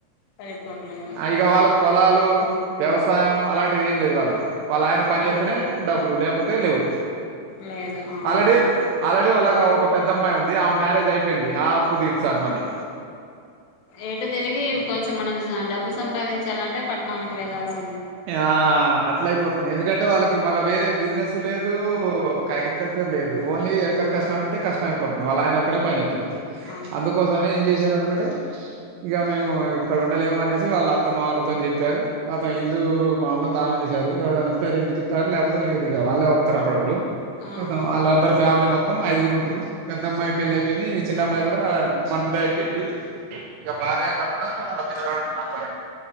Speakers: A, on the left; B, on the right.
A: సరిపోట్లేదు
B: ఆ ఇగ వాళ్ళకి పొలాలు, వ్యవసాయం అలాంటిది ఏం లేదు వాళ్ళకి వాళ్ళ ఆయన పని చేస్తనే
A: అవును
B: డబ్బులు లేకపోతే తే లేవు
A: లేదు అవునా
B: ఆల్రెడీ ఆల్రెడీ వాళ ఒక ఒక పెద్దమ్మాయి ఉంది. ఆమె మ్యారేజ్ అయిపోయింది ఆ అప్పు తీర్చాలి మళ్ళీ
A: ఎటు తిరిగి కొంచెం మనం డబ్బు సంపాదించాలంటే పట్టణాలకి వెళ్లాల్సి
B: ఆ అట్ల అయిపోతంది ఎందుకంటే వాళ్ళకి మళ్ళ వేరే బిజినెస్ లేదు ఒక అగ్రికల్చర్ లేదు ఓన్లీ ఎక్కల కష్టం అంటే కష్టం అయిపోతుంది. వాళ్ళ ఆయన ఒక్కడే పని చేస్
A: అవును
B: అందుకోసమనే ఏం చేశార్ మాట ఇగ మేము ఇక్కడ ఉండలేము అనేసి వాళ్ళ అత్తమ్మ వాళ్లతోని చెప్పారు కథం ఇ ల్లు మామూలుగ తాళం ఏసారు ఎవరైన వస్తె రెంట్కిస్తారు లేకపోతే లేదు ఇగ వాళ్ళే వస్తారు అప్పుడప్పుడు
A: అవునా
B: ఆలందరు ఫ్యామిలీ మొ త్తం ఐదుగురు ఉంటరు. పెద్ద అమ్మాయి పెళ్లి అయిపోయింది. చిన్న అమ్మాయి గుడా మండే అయిపోయింది. ఇగ భార్య, భర్త వాళ్ళ పిల్లగాడు ఉంటడు అబ్బాయి